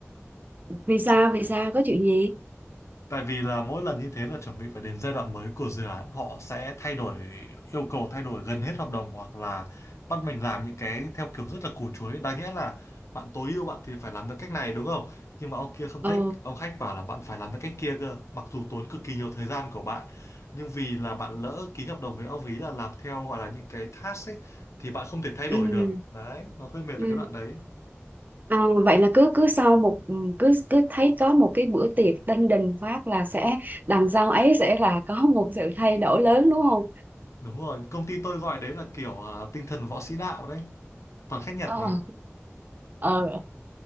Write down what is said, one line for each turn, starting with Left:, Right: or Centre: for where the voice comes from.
Right: vì sao vì sao có chuyện gì
Left: Tại vì là mỗi lần như thế là chuẩn bị phải đến giai đoạn mới của dự án họ sẽ thay đổi yêu cầu thay đổi gần hết hợp đồng hoặc là bắt mình làm những cái theo kiểu rất là củ chuối đáng nhẽ là bạn tối ưu bạn thì phải làm theo cách này đúng không nhưng mà ông kia không
Right: ờ
Left: thích ông khách bảo là bạn phải làm theo cách kia cơ mặc dù tốn cực kỳ nhiều thời gian của bạn nhưng vì là bạn lỡ ký hợp đồng với ông ý là làm theo gọi là những cái task ấy thì bạn không thể thay
Right: ừ
Left: đổi được đấy nó hơi mệt
Right: ừ
Left: ở cái đoạn đấy
Right: À, vậy là cứ cứ sau một ừ, cứ cứ thấy có một cái bữa tiệc đinh đình phát là sẽ đằng sau ấy sẽ là có một sự thay đổi lớn đúng không?
Left: đúng rồi công ty tôi gọi đấy là kiểu à, tinh thần võ sĩ đạo đấy toàn khách Nhật
Right: Ờ.
Left: mà
Right: Ờ.